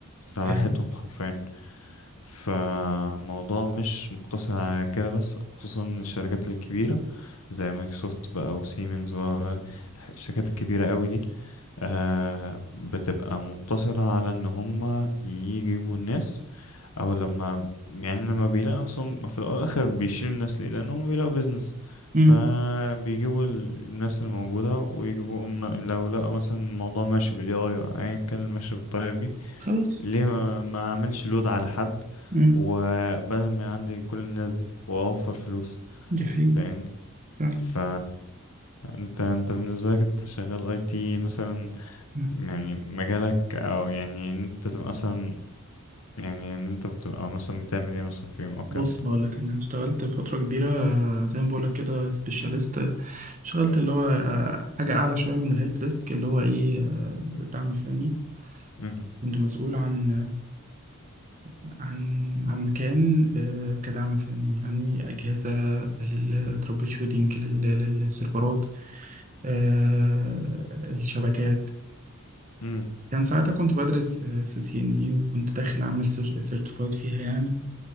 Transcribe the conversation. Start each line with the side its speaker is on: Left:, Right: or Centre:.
Left: راحتهم
Right: آه.
Left: حرفيا فالموضوع مش مقتصر على كده بس خصوصا الشركات الكبيرة زي مايكروسوفت بقى وسيمنز والشركات الكبيرة قوي دي آه، بتبقى مقتصرة على ان هم يجيبوا الناس او لما يعني لما بيلاقوا نفسهم في الاول والاخر بيشيلوا الناس ليه لانهم بيلاقوا بيزنس
Right: مم.
Left: فبيجيبوا الناس الموجودة ويجيبوا لو لقوا مثلا الموضوع ماشي بالاي اي ايا كان ماشي بالطريقة دي
Right: خلاص
Left: ليه ما ما اعملش لود على حد
Right: مم.
Left: وبدل ما عندي كل الناس دي واوفر فلوس
Right: دي حقيقة
Left: فاهمني
Right: فعلا
Left: ف انت انت بالنسبه لك انت شغال اي تي مثلا
Right: مم.
Left: يعني مجالك او يعني ان انت تبقى مثلا يعني ان انت بتبقى مثلا بتعمل ايه مثلا في يوم او كده
Right: بص أنا أقول لك أنا اشتغلت فترة كبيرة زي ما بقول لك كده سبيشاليست اشتغلت اللي هو آه، حاجة أعلى شوية من الهيلب ديسك اللي هو إيه آه، دعم فني
Left: مم.
Right: كنت مسؤول عن آه، عن عن مكان آه، كدعم فني يعني أجهزة الترابل شوتنج للسيرفرات آه، الشبكات
Left: مم.
Right: كان ساعتها كنت بدرس سي سي ان اي وكنت داخل اعمل سيرتيفايد فيها يعني